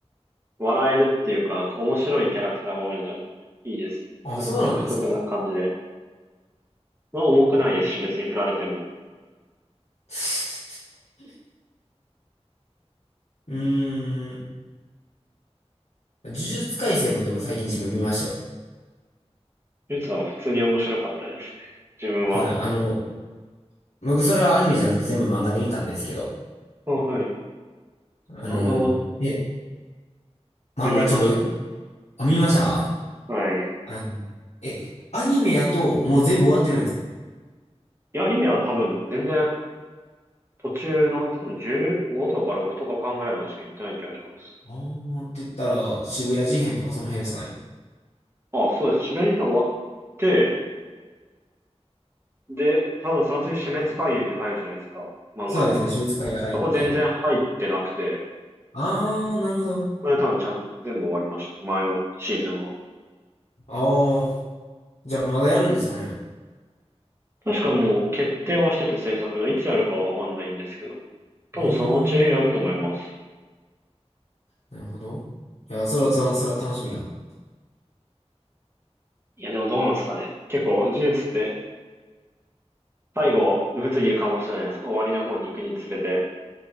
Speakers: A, on the right (about 20°); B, on the left (about 80°).
A: 笑えるっていうか、なんか面白いキャラクターが多いので、いいです。
B: あ、
A: なんか独特な感じで。
B: そうなんですか。
A: まあ重くないですし、別に振られても。
B: <sighs> うーん。呪術廻戦もでも最近自分見ましたよ。
A: ゆつは普通に面白かったです。自分は。
B: はい。あの、僕それはアニメじゃなくて全部漫画で見たんですけど、
A: あ、はい。
B: あの、
A: 漫画も
B: え、漫画ちょうど、
A: 読みましたね。
B: あ、見ました
A: はい。い
B: あの、え、アニメやともう全部終わってるんです。
A: や、アニメは多分全然途中の多分15とか6とか間ぐらいまでしか行ってない気がします。
B: あーって言ったら渋谷事変とかその辺ですかね。
A: あ、そうです。締め編終わって、で、多分その次死滅回遊に入るじゃないですか。
B: え
A: 漫画だと。
B: そうですね、鬼滅界が入って。
A: そこ全然入ってなくて、
B: あー、なるほど。
A: これで多分ちゃん、全部終わりました。前のシーズンは。
B: あー、じゃあまだやるんですかね。う
A: 確かもう決定はしてて制作のいつやるかはわかんないんですけど、多分そのうちやると思います。
B: ーん、なるほど。いや、それは、それはそれは楽しみや。
A: いや、でもどうなんですかね。結構、呪術って最後、物議を醸したじゃないですか。終わりの方に行くにつれて。